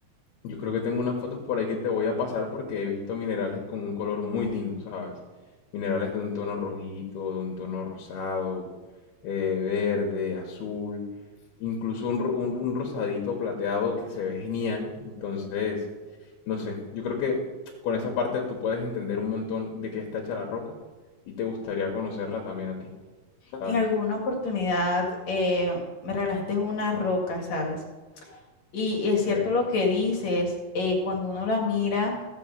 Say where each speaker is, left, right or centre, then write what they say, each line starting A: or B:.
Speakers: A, on the left (about 85°); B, on the left (about 50°).
A: Yo creo que tengo unas fotos por ahí que te voy a pasar porque he visto minerales con un color muy lindo, ¿sabes? Minerales de un tono rojito, de un tono rosado, eh, verde, azul, incluso un, ro- un- un rosadito plateado que se ve genial. Entonces, no sé, yo creo que con esa parte tú puedes entender un montón de qué está hecha la roca y te gustaría conocerla también a ti, ¿sabes?
B: En alguna oportunidad eh, me regalaste una roca, ¿sabes? Y es
A: Ok,
B: cierto lo que dices, eh, cuando uno la mira